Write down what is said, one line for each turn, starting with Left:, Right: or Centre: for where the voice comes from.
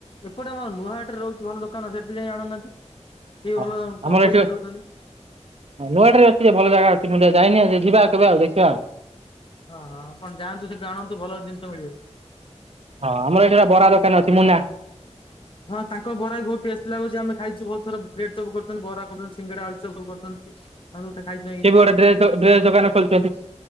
Left: ଏପଟେ ଆମ ନୂହାଟରେ ରହୁଥି ଭଲ ଦୋକାନ ସେଠି ଯାଇ ଆଣୁନାହାନ୍ତି। ସିଏ
Right: ହଁ
Left: ଭଲ କମ୍
Right: ଆମର
Left: ପଇସାରେ
Right: ଏଠି
Left: ଦଉଛନ୍ତି।
Right: ହ ନୂଆ ହାଟରେ ରେ ଅଛି ଯେ ଭଲ ଜାଗା ଅଛି ମୁତ ଯାଇନି ଆ ଯିବା ଆ କେବେ ଆଉ ଦେଖିବା ଆଉ।
Left: ହଁ ହଁ ଆପଣ ଯାଆନ୍ତୁ ସେଠୁ ଆଣନ୍ତୁ ଭଲ ଜିନିଷ ମିଳିବ।
Right: ହଁ ଆମର ଏଇଠି ବରା ଦୋକାନ ଅଛି ମୁନା
Left: ହଁ ତାଙ୍କ ବରା ବି ବହୁତ ଟେଷ୍ଟି ଲାଗୁଛି ଆମେ ଖାଇଚୁ ବହୁତ ଥର ବ୍ରେଡ ସବୁ କରୁଚନ୍ତି ବରା କରୁଚନ୍ତି ସିଙ୍ଗଡା ଆଳୁ ଚପ ସବୁ କରୁଚନ୍ତି ଆଳୁଖା ଖାଇ
Right: ଟିବୁଆଡ଼େ ଡ୍ରେସ ଡ୍ରେସ ଦୋକାନ <unintelligible> ଚନ୍ତି।